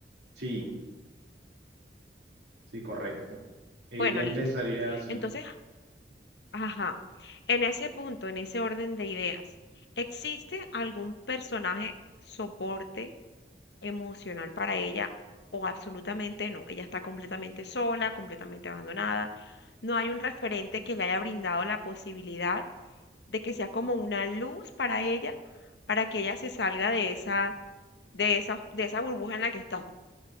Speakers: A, on the right; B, on the left.
A: Sí, sí, correcto. Ella
B: Bueno,
A: empezaría
B: listo.
A: así.
B: Entonces, ajá, en ese punto, en ese orden de ideas, ¿existe algún personaje soporte emocional para ella o absolutamente no? Ella está completamente sola, completamente abandonada. No hay un referente que le haya brindado la posibilidad de que sea como una luz para ella, para que ella se salga de esa, de esa, de esa burbuja en la que está.